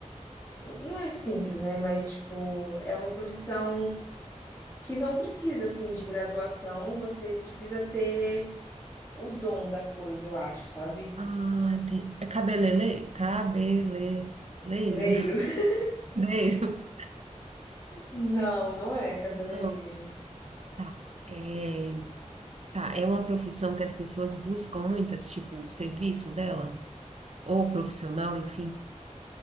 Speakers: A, on the left; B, on the right.
A: não é simples, né? Mas, tipo, é uma profissão que não precisa, assim, de graduação, você precisa ter o dom da coisa, eu acho, sabe?
B: Ah, entendi. É cabelele? Cabeleleiro. <laughs>
A: Cabeleireiro. <laughs>
B: Leiro.
A: Não, não é cabeleireiro.
B: Não, tá. É. Tá, é uma profissão que as pessoas buscam muitas, tipo, o serviço dela, ou profissional, enfim.